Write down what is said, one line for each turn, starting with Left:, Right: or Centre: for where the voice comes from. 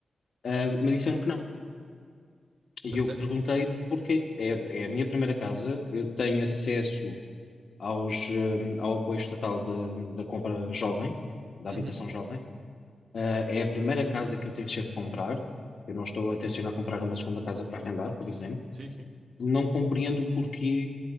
Left: ah, me disseram que não. E
Right: A
Left: eu
Right: sério?
Left: perguntei porquê. É, é a minha primeira casa, eu tenho acesso aos, eh, ao apoio estatal de- da compra jovem, da
Right: Uhum.
Left: habitação jovem. Eh, é a primeira casa que eu tenciono comprar. Eu não estou a tencionar comprar uma segunda casa para arrendar, por exemplo.
Right: Sim, sim.
Left: Não compreendo o porquê